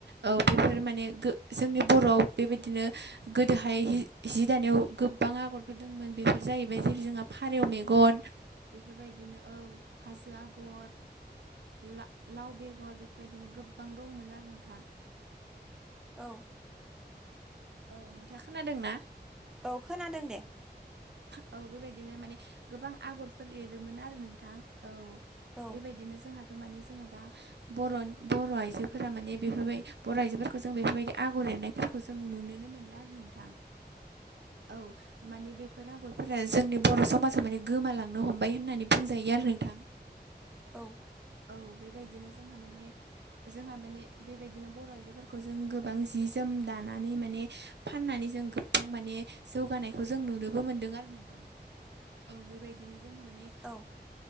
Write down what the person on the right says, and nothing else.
औ बेफोर माने गो जोंनि बर'आव बेबायदिनो गोदोहाय जि दानायाव गोब बां आगरफोर दंमोन बेफोर जाहैबाय जेरै जोंहा फारौ मेगन बेफोरबायदि नो औ हाजो आगर ला-लाव बेगर बेफोरबायदिनो गोबां दङमोन आरो नोंथां।
औ नोंथाङा खोनादोंना?
औ बेबायदिनो माने गोबां आगरफोर एरोमोन आरो नोंथां औ।
बेबायदिनो जोंहाथ' माने जोङो दा बर'- बर' आइजोफोरा माने बेफोरबाय बर' आइजोफोरखौ जों बेफोरबायदि आगर एरनाय फोरखौ जों नुनोनो मोनला आरो नोंथां औ माने बेफोर आ आगरफोरा जोंनि बर' समाजाव माने गोमालांनो हमबाय होननानै बुंजायो आरो नोंथां।
औ बेबायदिनो जोंहा माने जोंहा माने बेबायदिनो बर' आइजोफोरखौ जों गोबां जि जोम दानानै माने फाननानै जों गोबां माने जौगानायखौ जों नुनोबो मोनदों आरो नोंथां औ बेबायदिनो जोंहा माने